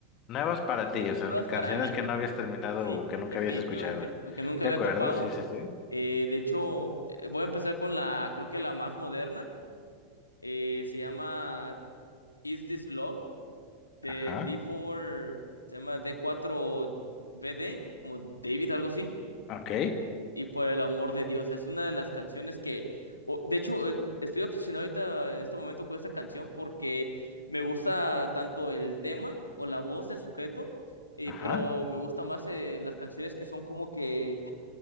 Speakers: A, on the left; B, on the left.
A: Nuevas para ti, o sea,
B: nuevas
A: no- canciones
B: para mí.
A: que no habías terminado
B: Sí,
A: o que nunca
B: definitivamente,
A: habías escuchado.
B: que nunca
A: ¿De
B: había
A: acuerdo?
B: topado.
A: Sí, sí, sí.
B: Eh, de hecho, eh, voy a empezar con la, creo que la más moderna. Eh, se llama Is This Love de
A: Ajá.
B: D4, se llama D4BD, como David, algo así.
A: Ok.
B: Y por el amor de Dios, es una de las canciones que, o- de hecho, eh, estoy obsesionado ahorita en este momento con esta canción porque me gusta tanto el tema o la voz del sujeto, eh,
A: Ajá.
B: pero me gusta más eh, las canciones que son como que